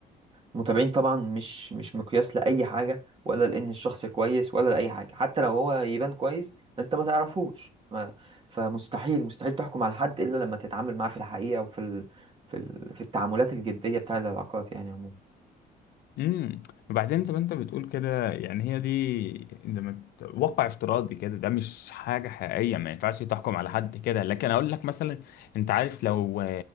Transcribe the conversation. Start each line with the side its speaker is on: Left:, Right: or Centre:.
Right: متابعين طبعا مش مش مقياس لأي حاجة ولا لأن الشخص كويس ولا لأي حاجة حتى لو هو يبان كويس أنت ما تعرفوش ما فمستحيل مستحيل تحكم على حد إلا لما تتعامل معاه في الحقيقة وفي ال... في ال... في التعاملات الجدية بتاع العلاقات يعني عموما
Left: امم وبعدين زي ما انت بتقول كده يعني هي دي زي ما ت- واقع افتراضي كده ده مش حاجه حقيقيه ما ينفعش تحكم على حد كده لكن اقول لك مثلا انت عارف لو